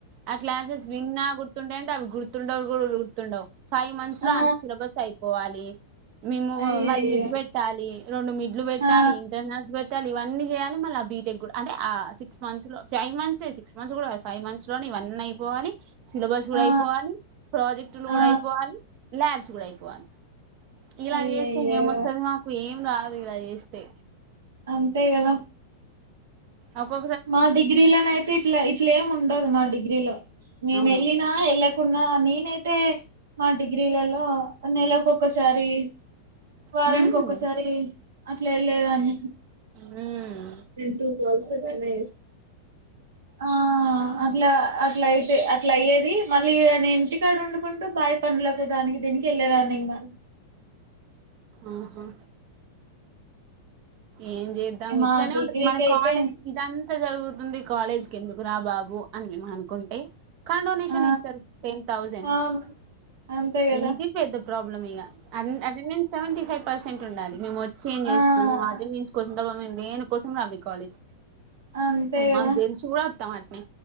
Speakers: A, on the right (about 45°); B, on the right (about 70°).
A: ఆ క్లాసస్ విన్ ఆగా గుర్తుండేంట అవి గుర్తుండవు కూడా గుర్తుండావు ఫైవ్ మంత్స్ లో
B: ఆ
A: అంత సిలబస్ అయిపోవాలి మేము
B: అయ్యయ్యో
A: వాళ్ళు మిడ్ పెట్టాలి రెండు మిడ్ పెట్టాలి
B: ఆ
A: ఇంటర్నల్స్ పెట్టాలి ఇవన్న చేయాలి మళ్ళ ఆ బీటెక్ కూడా అంటే ఆ సిక్స్ మంత్స్ లో ఫైవ్ మంత్స్ సిక్స్ మంత్స్ కూడా ఫైవ్ మంత్స్ లోని వన్ అయిపోవాలి సిలబస్ కూడా
B: ఆ
A: అయిపోవాలి ప్రాజెక్టులు
B: ఆ
A: కూడా అయిపోవాలి ల్యాబ్స్ కూడా అయిపోవాలి ఇలా
B: అయ్యయ్యో
A: చేస్తే ఏంస్తుంది మాకు ఏం రాదు ఇలా చేస్తే
B: అంతే గద
A: అకు
B: మా డిగ్రీలోన అయితే ఇట్లా ఇట్లం ఉండదు మా డిగ్రీలో మేము
A: అవును
B: వెళ్ళిన వెళ్ళ కున్న నేనైతే మా డిగ్రీలలో నెలలకుక్కసారి వారానికి
A: హ్మ్
B: ఒక్కసారి అట్లా లేదన్ని
A: హ్మ్
B: ఎంటూ కొల్సనే ఆ అట్లా అట్లా అయితే అట్లా అయ్యేది మళ్ళీ నేను ఇంటికాడు వండుకుంటూ బా పంలకు దానికి దీనికి వెళ్ళలేదాన్ని ఇంకా
A: ఆఓహా ఏం చేద్దాం
B: మా
A: ఇట్లనే
B: డిగ్రీకి
A: ఉంట మన
B: అయితే
A: కాలేజ్ ఇదంతా జరుగు ది కాలేజ్ క ఎందుకు రా బాబు అని మేము అనుకుంటే కన్ డొనేషన్
B: ఆ
A: ఇ సార్ టెన్ థౌసండ్
B: అవును అంతే కదా
A: ఇది పెద్ద ప్రాబ్లం ఇక సెవె ఫైవ్ పర్సెంట్ ఉండాలి మేము వచ్చి ఏం చేస్తున్నాం
B: ఆ
A: కోసబంది నేను కోసం రాబ కాలేజ్
B: అంతే
A: అ
B: కదా
A: మాకు తెలిసు కూడా వస్తాం అట్ని